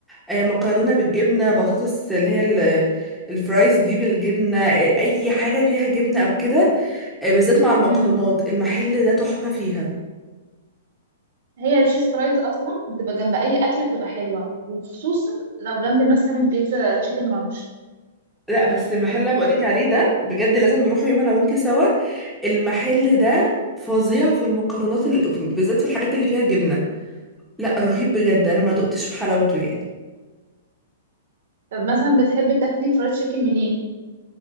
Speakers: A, in the centre; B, on the right (about 65°).
A: آه، مكرونه بالجبنه بطاطس اللي هي ال- الفرايز دي بالجبنه آه، اي حاجه فيها جبنه او كده آه، بالذات مع المكرونات
B: مم.
A: المحل ده تحفه فيها
B: هي التشيز فرايز أصلا بتبقى جنب أي أكلة بتبقى حلوة وخصوصا لو جنب مثلا البيتزا تشيكن رانش
A: لا بس المحل اللي أنا بقولك عليه ده بجد لازم نروح يوم انا وانتي سوا المحل ده فظيع في المكرونات ال... بالذات في الحاجات اللي فيها جبنه لا رهيب بجد انا ما دقتش في حلاوته يعني
B: طب مثلا بتحبي تاكلي فرايد تشيكن منين؟